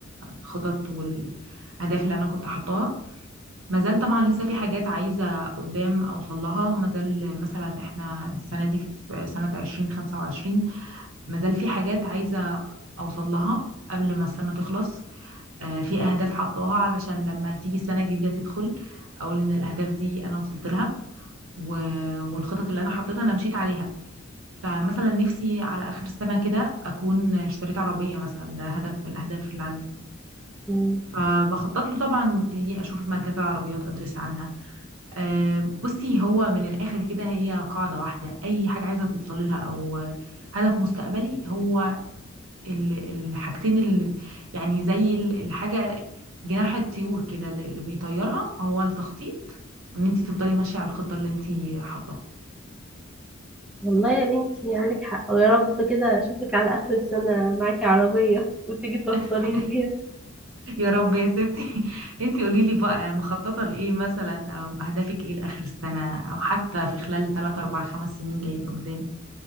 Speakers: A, on the right; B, in the centre.
A: الخطط والاهداف اللي انا كنت حاطاها ما زال طبعا لسه في حاجات عايزة قدام أوصل لها ما زال مثلا احنا السنة دي في سنة عشرين خمسة وعشرين ما زال في حاجات عايزة أوصل لها قبل ما السنة تخلص آه، في أهداف حطاها علشان لما تيجي السنة الجديدة تدخل أقول إن الأهداف دي أنا وصلت لها و- والخطط اللي أنا حطيتها أنا مشيت عليها فمثلا نفسي على آخر السنة كده أكون اشتريت عربية مثلا ده هدف من الأهداف اللي عندي
B: مم.
A: فبخطط له طبعا وابتدي أشوف ماركات العربيات أدرس عنها آه، بصي هو من الآخر كده هي قاعدة واحدة أي حاجة عايزة توصل لها أو آه، هدف مستقبلي هو ال- الحاجتين اللي يعني زي ال- الحاجة جناح الطيور كده اللي اللي بيطيرها هو التخطيط وإن أنت تفضلي ماشية على الخطة اللي أنت حطاها
B: والله يا بنتي عندك حق ويا رب كده اشوفك على اخر السنه معاكي عربيه وتيجي توصليني
A: <laughs>
B: بيها
A: يا رب يا ستي <laughs> أنت قولي لي بقى مخططة لإيه مثلا أو هدفك إيه لآخر السنة أو حتى في خلال 3 4 5 سنين جايين قدام